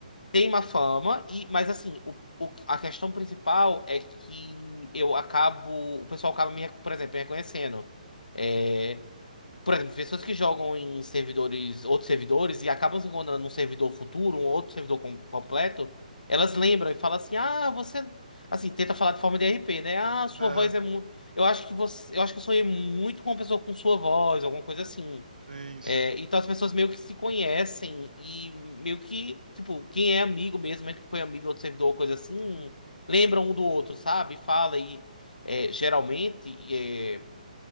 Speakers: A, on the left; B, on the right.
A: tem má fama, e, mas assim, o, o- a questão principal é que eu acabo, o pessoal acaba me, rec- por exemplo, me reconhecendo. Eh, por exemplo, pessoas que jogam em servidores, outros servidores, e acabam se encontrando num servidor futuro, um outro servidor com- completo, elas lembram e falam assim: ah, você. Assim, tenta falar de forma de r p né? Ah, sua
B: É,
A: voz é muito. Eu acho que você. Eu acho que eu sonhei muito com uma pessoa com sua voz, alguma coisa assim.
B: sim, sim.
A: É, então as pessoas meio que se conhecem e meio que, tipo, quem é amigo mesmo, mesmo que foi amigo do outro servidor ou coisa assim, lembra um do outro, sabe? Fala e é, geralmente. é,